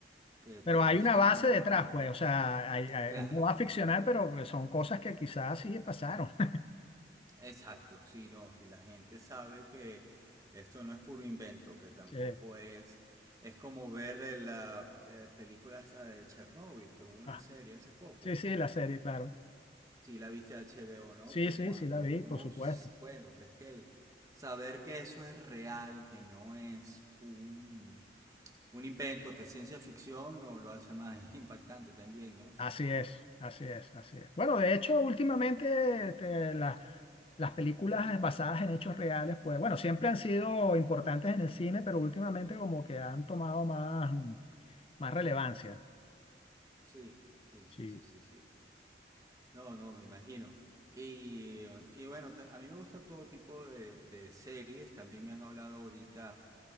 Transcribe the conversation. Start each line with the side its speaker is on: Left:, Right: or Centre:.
Right: que para
Left: Pero hay
Right: no usar
Left: una base
Right: nombres
Left: detrás,
Right: reales.
Left: pues, o sea, hay- hay-
Right: Claro.
Left: uno va a ficcionar, pero eh, son cosas que quizás sí pasaron. <laughs>
Right: Exacto, sí, no, si la gente sabe que esto no es puro invento, que tampoco
Left: Sí,
Right: es, es como ver eh, la eh, película esa de Chernobyl, que hubo una
Left: Ah,
Right: serie hace poco,
Left: sí, sí, la serie, claro.
Right: si la viste de H B o ¿no?
Left: Sí,
Right: Que
Left: sí,
Right: cuando
Left: sí, la vi,
Right: uno,
Left: por supuesto.
Right: ps- bueno, es que el saber que eso es real, que no es un, un invento, que es ciencia ficción, lo, lo hace más <laughs> impactante también, ¿no?
Left: Así es, así es, así es. Bueno, de hecho, últimamente este, las, las películas basadas en hechos reales, pues bueno, siempre han sido importantes en el cine, pero últimamente como que han tomado más, más relevancia.
Right: Sí, sí, sí,
Left: Sí.
Right: sí, sí, sí. No, no, me imagino. Y, eh, y bueno, ta- a mí me gusta todo tipo de, de series. También me han hablado ahorita